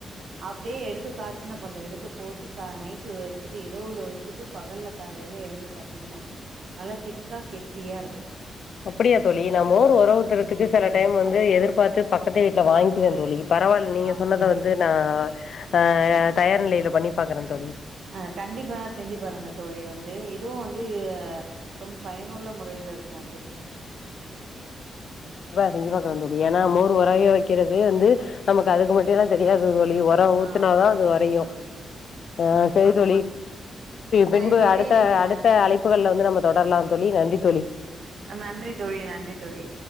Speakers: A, on the right; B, on the left.
A: அப்டியே எடுத்து காய்ச்சின பால எடுத்து போட்டு நைட்டு வச்சுட்டு இரவுல வச்சுட்டு பகல்ல காலையில எழுந்து பாத்தீங்கன்னா நல்லா திக்கா கெட்டியா இருக்கும்
B: அப்படியா தோழி நா மோர் உர ஊத்தறதுக்கு
A: ஆமா
B: சில டைம் வந் எதிர்பார்த்து பக்கத்து வீட்ல வாங்கிக்குவே தோழி பரவால் நீங்க
A: அப்டியா
B: சொன்னத வந்து
A: தோழி
B: நா அ தயார் நிலைல. பண்ணி பாக்கறே தோழி
A: அ கண்டிப்பா செஞ்சு பாருங்க தோழி வந்து இதுவும் வந்து ரொம் பயனுள்ள முறையல இருக்கும் வந்து
B: செஞ்சு பாக்கறே தோழி ஏனா மோர் உரய வைக்கறது வந்து நமக்கு அதுக்கு மட்டும் தா தெரியாது தோழி உர ஊத்துனாதா
A: ஆமா தோழி
B: அது உரையம்
A: ஆமா தோழி
B: ஆ சரி தோழி
A: சரி
B: பின்பு
A: தோழி
B: அடுத்த
A: நீங்க
B: அடுத்த அழைப்புகள்ல வந்து நம்ப தொடரலாம் தோழி நன். <inaudible> தோழி
A: நன்றி தோழி நன்றி தோழி